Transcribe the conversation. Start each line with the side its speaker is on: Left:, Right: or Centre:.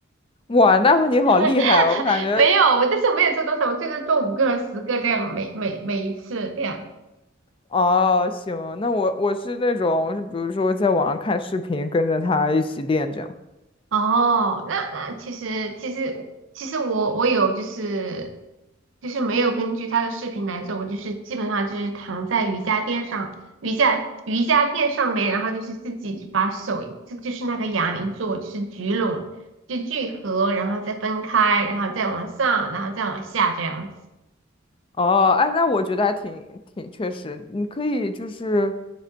Left: 哇，那你好厉害哦，
Right: <laughs>
Left: 我感觉
Right: 没有，我但是我没有做多少，我最多做五个、十个这样，每每每一次这样。
Left: 哦，行，那我我是那种，我是比如说在网上看视频，跟着他一起练这样。
Right: 哦，那那其实其实其实我我有就是就是没有根据他的视频来做，我就是基本上就是躺在瑜伽垫上，瑜伽瑜伽垫上面，然后就是自己就把手就就是那个哑铃做，就是聚拢就聚合，然后再分开，然后再往上，然后再往下这样子。
Left: 哦，哎，那我觉得还挺挺确实，你可以就是，